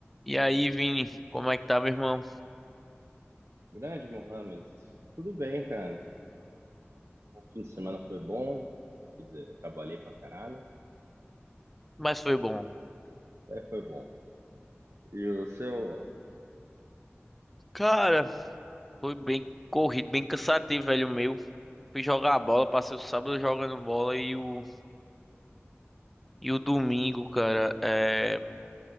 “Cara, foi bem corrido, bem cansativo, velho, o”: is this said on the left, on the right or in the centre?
Centre